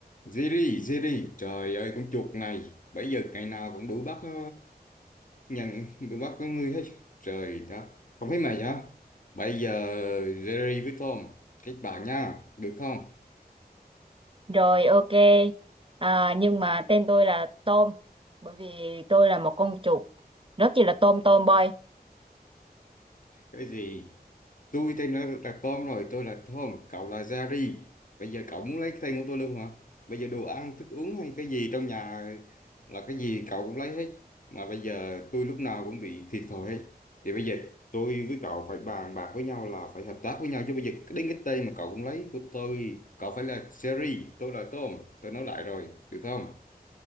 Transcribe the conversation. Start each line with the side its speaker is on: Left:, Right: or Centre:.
Left: Ziri, Ziri, trời ơi con chuột này, bây giờ ngày nào cũng đuổi bắt ờ, nhận đuổi bắt con người hết. Trời đất, không thấy mày hả? Bây giờ Ziri với Tom kết bạn nha, được không?
Right: Rồi ok. À, nhưng mà tên tôi là Tôm bởi vì tôi là một con chuột rất chỉ là tôm tôm boy.
Left: Cái gì? tôi tên là, là Tom rồi tôi là Tom cậu là Jerry bây giờ cậu muốn lấy cái tên của tôi luôn hả bây giờ đồ ăn thức uống hay cái gì trong nhà là cái gì cậu cũng lấy hết mà bây giờ tôi lúc nào cũng bị thiệt thòi hết thì bây giờ tôi với cậu phải bàn bạc với nhau là phải hợp tác với nhau chứ bây giờ đến cái tên mà cậu cũng lấy của tôi cậu phải là Jerry tôi là Tom tôi nói lại rồi được không